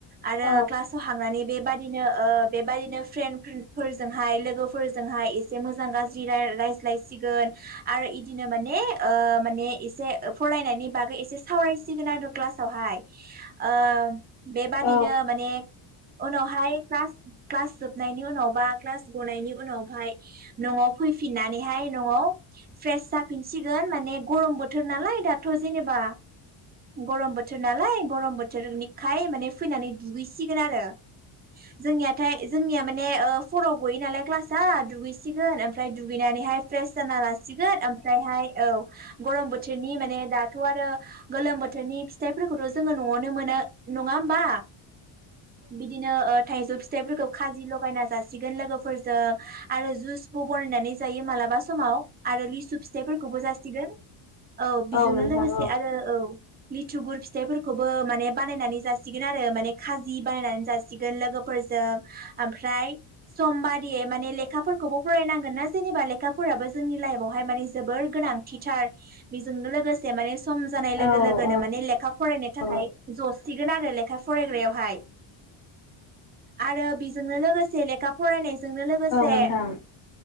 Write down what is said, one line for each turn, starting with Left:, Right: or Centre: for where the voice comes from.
Right: आरो
Left: औ
Right: क्लासाव हांनानै बेबादिनो ओ बे बारैनो फ्रेन्ड फ्रोन्ड फोरजोंहाय लोगोफोरजोंहाय एसे मोजां गाज्रि राय रायज्लायसिगोन आरो इदिनो माने ओ माने एसे फरायनायनि बागै एसे सावरायसिगोन आरो क्लासावहाय ओ बेबादिनो
Left: औ
Right: माने उनावहाय क्लास क्लास जोब नायनि उनाव बा क्लास गनायनि उनावहाय न'आव फैफिननानैहाय न'आव फ्रेस जाफिनसिगोन माने गरम बोथोर नालाय दाथ' जेनोबा गरम बोथोर नालाय गरम बोथोरनिखाय माने फैनानै दुगैसिगोन आरो जोंनियाथाय जोंनिया माने ओ फराव गयो नालाय क्लासआ दुगैसिगोन ओमफ्राय दुगैनानैहाय फ्रेस जाना ला सिगोन ओमफ्रायहाय औ ग'रम बो थोरनि माने दाथ' आरो गोलोम बोथोरनि फि थाइफोरखौथ' जोङो न'आवनो मोनो नङा होमबा? बिदिनो ओ थाइजौ फिथाइफोरखौ जि ल'गायना जासिगोन लोगोफोरजों आरो जुसबो ब'नायनानै जायो मालाबा समाव आरो लिसु फिथायफोरखौबो जासिगोन। औ बिजोंनो
Left: नोंथां
Right: लोगोसे आरो औ लि थुगुर फिथाइफोरखौबो माने बानायनानै जासिगोन आरो माने खाजि बानायनानै जासिगोन लोगोफोरजों ओमफ्राय सम बादियै माने लेखाफोरखौबो फरायनांगोन ना जेनोबा लेखाफोराबो जोंनि लाइफवहाय माने जोबोर गोनांथिथार बेजोंनो लोगोसे माने सम जानाय
Left: औ
Right: लोगो लोगोनो
Left: औ
Right: माने लेखा फरायनो थाखाय
Left: औ
Right: जसिगोन आर फ्राइ लेखा फरायग्रायावहाय आरो बेजोंनो लोगोसे लेखा फरायनाय जोंनो लोगोसे
Left: नोंथां